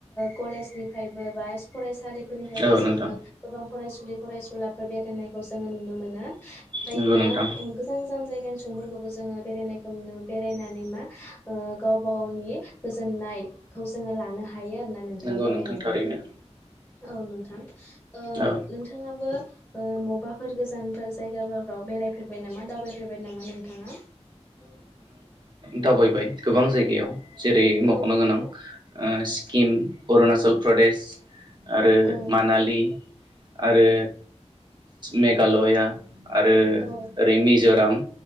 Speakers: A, on the left (about 15°); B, on the right (about 40°).
A: कलेजनिफ्रायबो बा फरायसालि फोरनिफ्रायबो
B: औ
A: जोंङो
B: नोंथां
A: गोबां फरायसुलि फरायसुलाफोर बेरायनायखौ जोंङो नुनो मोनो मोनो बेफोरबादिनो
B: नंगौ नोंथां
A: गोजान गोजान जायगानि सुबुं सुबुंफोरखौबो जोंङो बेरायनायखौ नुनो मोनो बेरायनानै मा गावबा गावनि गोजोननायखौ जोंङो लानो हा हायो आरोना नोंथां
B: नंगौ
A: बेरायनानै
B: थारैनो
A: औ नोंथां ओ
B: औ
A: नोंथाङाबो ओ मबाफोर गोज गोजानफोर जायगाफोरफ्राव बेरायफेरबाय नामा दावबायफेरबाय नामा नोंथाङा
B: दावबाय गोबां जायगायाव जेरै मखनो
A: औ नंगौ
B: गोनां स्किम अरुणचल प्रदेश आरो
A: औ
B: मानालि
A: नंगौ
B: आरो मेघालया आरो
A: औ
B: ओरै मिजराम